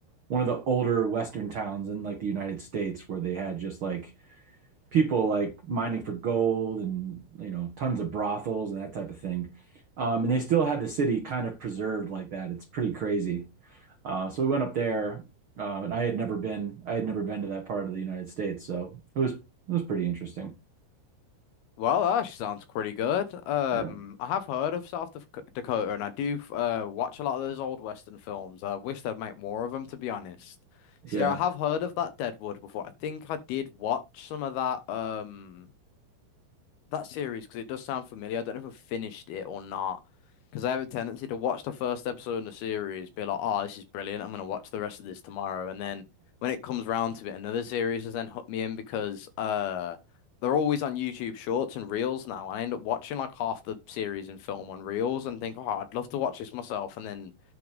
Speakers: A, on the right; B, on the left.
A: one of the older Western towns in like the United States where they had just like people like mining for gold and you know tons of brothels and that type of thing. Um, and they still had the city kind of preserved like that. It's pretty crazy. Uh, so we went up there, um, and I had never been I had never been to that part of the United States, so it was it was pretty interesting.
B: Well, that actually sounds pretty good. Um,
A: Yeah.
B: I have heard of South Dak- Dakota, and I do uh watch a lot of those old Western films. I wish they'd make more of them, to be honest.
A: Yeah.
B: See, I have heard of that Deadwood before. I think I did watch some of that. Um, that series because it does sound familiar. I don't know if I've finished it or not. Because I have a tendency to watch the first episode in the series, be like, oh, this is brilliant. I'm going to watch the rest of this tomorrow. And then when it comes round to it, another series has then hooked me in because uh, they're always on YouTube Shorts and Reels now. I end up watching like half the series and film on Reels and think, oh, I'd love to watch this myself. And then,